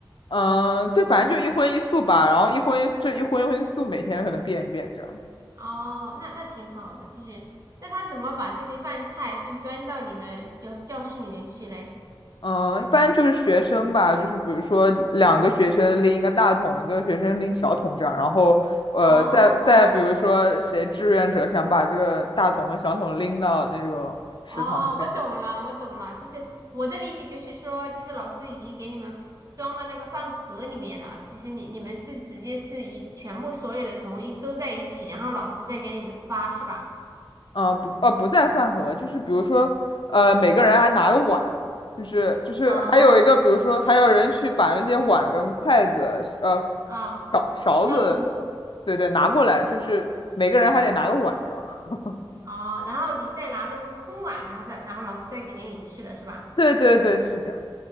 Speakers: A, on the left; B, on the right.
A: 嗯，对，反正就一荤一素吧，然后一荤一就一荤一荤一素，每天可能变一变这样。
B: 哦，那那挺好的，就是那他怎么把这些饭菜就是端到你们教教室里面去嘞？
A: 嗯，一般就是学生吧，就是比如说两个学生拎一个大桶，一个学生拎小桶这样，然后呃，
B: 哦
A: 再再比如说谁志愿者想把这个大桶和小桶拎到那个食堂去这样，
B: 哦，我懂了，我懂了，就是我的理解就是说，就是老师已经给你们装到那个饭盒里面了，其实你你们是直接是一全部所有的统一都在一起，然后老师再给你们发是吧？
A: 嗯，不呃不在饭盒，就是比如说呃每个人还拿个碗，就是就是还有一个比如说还有人去把那些碗跟筷子呃
B: 哦啊，
A: 勺勺子，
B: 消毒
A: 对对拿过来，就是每个人还得拿个碗这样，<laughs>
B: 哦，然后你再拿着空碗，然后再然后老师再给你吃的是吧？
A: 对对对是这样。